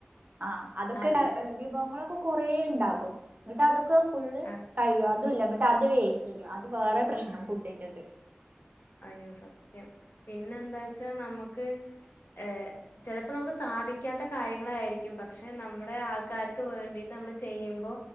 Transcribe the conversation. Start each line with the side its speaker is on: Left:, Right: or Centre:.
Right: ആഹ് അതൊക്കെണ്
Left: അതെ
Right: വിഭവങ്ങളൊക്കെ കൊറേ ഇണ്ടാക്കും ഇന്ന്ട്ട് അതൊക്കെ ഫുള്ള്
Left: അ-
Right: കഴിയോ അതുല്ല ഇങ്ങ ട്ട് അത് വേസ്റ്റ്യ്യും അത് വേറൊരു പ്രശ്നം ഫുഡിന്റത്
Left: അയ്യോ സത്യം പിന്നെന്താച്ചാ നമ്മക്ക് ഏഹ് ചെലപ്പോ നമുക്ക് സാധിക്കാത്ത കാര്യങ്ങളായിരിക്കും പക്ഷെ നമ്മുടെ ആൾക്കാർക്ക് വേണ്ടിയിട്ട് നമ്മള് ചെയ്യുമ്പോ